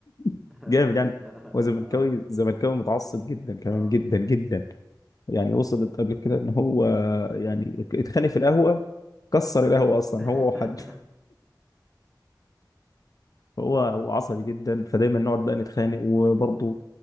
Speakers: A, on the left (about 50°); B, in the centre.
A: <laughs>
B: <laughs>
A: جامد يعني
B: اه
A: هو زملكاوي زملكاوي متعصب جدا كمان
B: اه
A: جدا جدا يعني وصلت قبل كده ان هو يعني اتخانق في القهوة كسر القهوة اصلا
B: <laughs>
A: هو وحد هو هو عصبي جدا فدايما نقعد بقى نتخانق وبرضه